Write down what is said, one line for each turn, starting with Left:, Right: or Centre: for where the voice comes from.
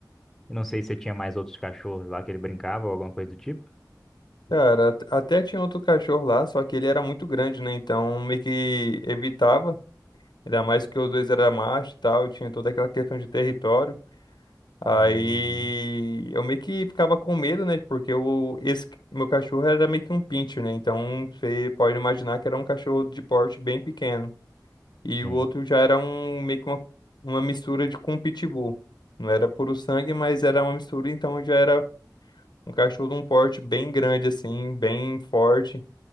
Centre: Eu não sei se tinha mais outros cachorros lá que ele brincava ou alguma coisa do tipo.
Left: Cara, at- até tinha outro cachorro lá, só que ele era muito grande, né? Então meio que evitava, ainda mais que os dois eram macho e tal, e tinha toda aquela questão de território. Aí
Centre: Uhum,
Left: eu meio que ficava com medo, né? Porque o, esse meu cachorro era meio que um pincher, né? Então você pode imaginar que era um cachorro de porte bem pequeno. E
Centre: sim.
Left: o outro já era um meio que uma, uma mistura de com um pitbull. Não era puro sangue, mas era uma mistura, então já era um cachorro de um porte bem grande, assim, bem forte.